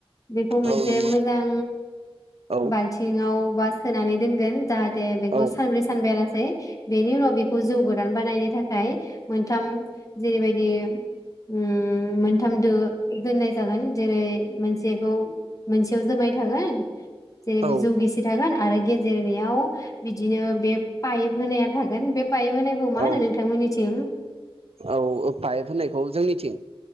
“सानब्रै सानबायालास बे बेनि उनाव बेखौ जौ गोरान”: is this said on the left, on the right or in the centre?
Left